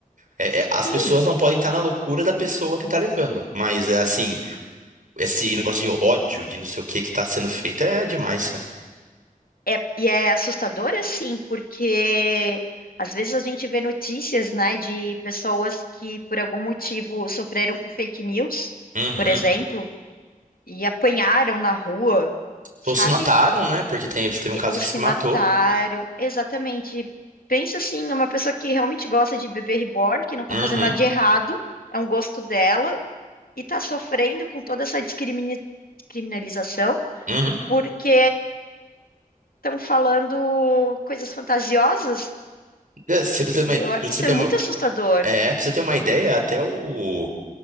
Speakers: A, on the right; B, on the left.
A: É- é-
B: Sim,
A: as pessoas não podem estar na loucura da pessoa que tá levando. Mas é assim, esse negócio de ódio, de não sei o que que tá sendo feito é demais, sabe?
B: é, e é assustador assim, porque às vezes a gente vê notícias, né, de pessoas que por algum motivo sofreram com fake news,
A: Uhum.
B: por exemplo, e apanharam na rua, sabe?
A: Ou se mataram, né? Porque tem- teve um
B: E-
A: caso
B: Ou
A: que
B: se
A: se matou.
B: mataram. Exatamente. Pensa assim, uma pessoa que realmente gosta de bebê reborn, que não tá
A: Uhum.
B: fazendo nada de errado, é um gosto dela, e tá sofrendo com toda essa discrimini- criminalização,
A: Uhum.
B: porque. estão falando coisas fantasiosas.
A: É, Você precisa ter uma,
B: E eu-
A: pra você
B: isso
A: ter
B: é muito
A: uma,
B: assustador.
A: é, pra você ter uma ideia, até o.